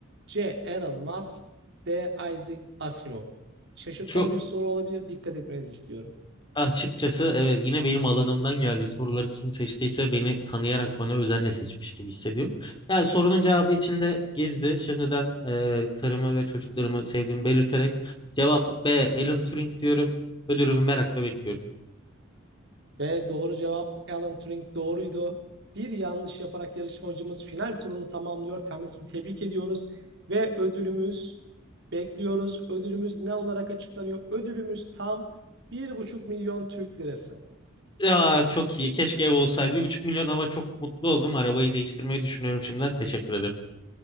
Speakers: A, on the right; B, on the left.
A: C. Elon Musk D. Isaac Asimov Şaşırtmalı
B: Çok
A: bir soru olabilir. Dikkat etmenizi istiyorum.
B: açıkçası evet yine benim alanımdan geldi. Soruları kim seçtiyse beni tanıyarak bana özenle seçmiş gibi hissediyorum. Yani sorunun cevabı içinde gizli. Şimdiden eee, karımı ve çocuklarımı sevdiğimi belirterek cevap B. Alan Turing diyorum. Ödülümü merakla bekliyorum.
A: Ve doğru cevap Alan Turing doğruydu. Bir yanlış yaparak yarışmacımız final turunu tamamlıyor. Kendisini tebrik ediyoruz ve ödülümüz bekliyoruz. Ödülümüz ne olarak açıklanıyor? Ödülümüz tam bir buçuk milyon Türk lirası.
B: Ya çok iyi. Keşke ev olsaydı. Bir buçuk milyon ama çok mutlu oldum. Arabayı değiştirmeyi düşünüyorum şimdiden. Teşekkür ederim.